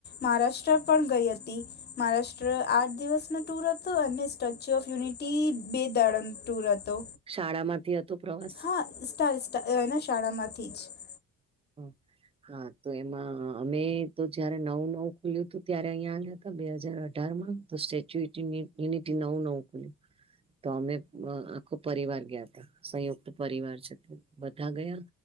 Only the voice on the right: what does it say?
શાળામાંથી હતો પ્રવાસ
હમ હા તો એમાં અમે તો જયારે નવ નવ ખુલ્યું હતું ત્યારે અહીં આવ્યા હતા બે હાજર અઢાર માં તો સ્ટેચ્યુ યુનિટી નવું નવું ખુલ્યું તો અમે આખો પરિવાર ગયા ત સંયુક્ત પરિવાર છે તે બધા ગયા